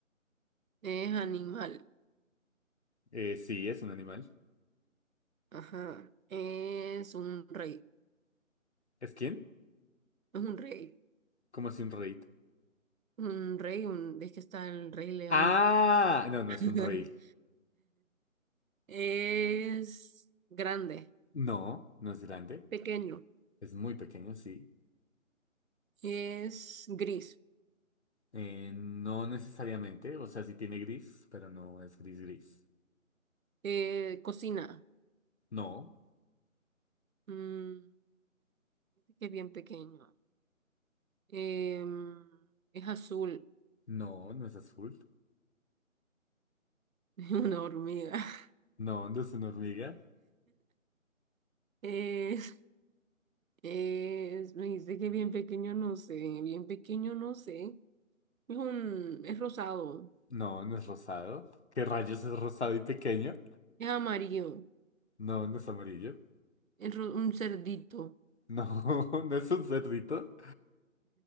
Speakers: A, on the right (about 75°); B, on the left (about 55°).
A: Es animal.
B: Eh, sí, es un animal.
A: Ajá. Es un rey.
B: ¿Es quién?
A: Es un rey.
B: ¿Cómo así un rey?
A: Un rey, un... es que está el rey león.
B: Ah, no, no
A: <laughs>
B: es un rey.
A: Es grande.
B: No, no es grande.
A: Pequeño.
B: Es muy pequeño, sí.
A: Es gris.
B: Eh, no necesariamente. O sea, sí tiene gris, pero no es gris gris.
A: Eh, cocina.
B: No,
A: Mm, que bien pequeño. Em, es azul,
B: no, no es azul.
A: <laughs> es una hormiga. <laughs>
B: No, no es una hormiga.
A: Es, es, me dice que bien pequeño, no sé, bien pequeño, no sé. Es un, es rosado,
B: No, no es rosado. ¿Qué rayos es rosado y pequeño?
A: es amarillo,
B: No, no es amarillo.
A: es ro- un cerdito.
B: No, <laughs> no es un cerdito.